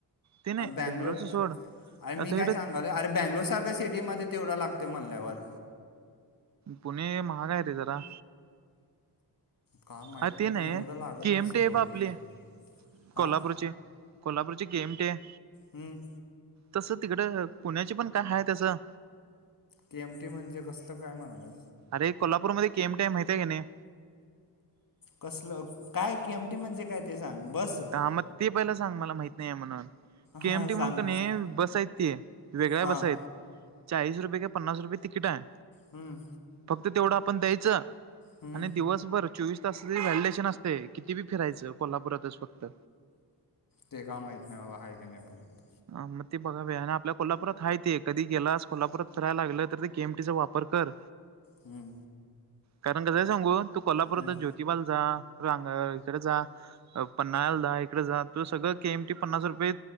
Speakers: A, on the right; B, on the left.
A: ते नाही
B: बेंगलोला
A: बेंगलोरचं सोड
B: अये
A: आता
B: मी
A: इकडे
B: काय सांग अरे बेंगलो सारख सिटीमध्ये तेवढा लागतो म्हणल्यावर.
A: पुणे महाग आहेेते जरा.
B: का माहीत
A: हा ते नाही
B: पण एवढं
A: की
B: लागत
A: केएमटी
B: नसेल
A: आहे
B: बहुतेक
A: बा आपली.
B: हां
A: कोल्हापूरची, कोल्हापूरची केएमटी आहे.
B: हम्म
A: तसं तिकड पुण्याची पण काय आहे तसं.
B: केएमटी म्हणजे कसलं काय म्हणालाय.
A: अरे कोल्हापूरमध्ये केएमटी माहितय की नाही.
B: कसलं काय? केएमटी म्हणजे काय ते सांग बस.
A: हां म ते पहिला सांग मला माहीत नाही आहे म्हणून. के
B: हां
A: एमटी म्हणून
B: सांग
A: का नही बस आहेत ती वेगळ्या
B: हां
A: बस आहेत. चाळीस रुपये का पन्नास रुपये तिकीट आहे.
B: हूं!
A: फक्त तेवढं आपण द्यायचं,
B: हम्म
A: आणि दिवसभर चोवीस तासाच व्हॅलडेशन असते, किती बी फिरायचं कोल्हापुरातच फक्त.
B: ते का माहीत नाही बा हायका नाही पुण्यात.
A: आ म ते बघावे, आणि आपल्या कोल्हापुरात आहे ते, कधी गेलास कोल्हापुरात कराय लागलं तर ते केएमटीचा वापर कर.
B: हूं!
A: कारण कसंय सांगू तू कोल्हापूरात
B: हम्म
A: ज्योतिबाल जा रांग इकडे जा. पन्हाळाल धा इकडे जा तुज सगळं के एमटी पन्नास रुपये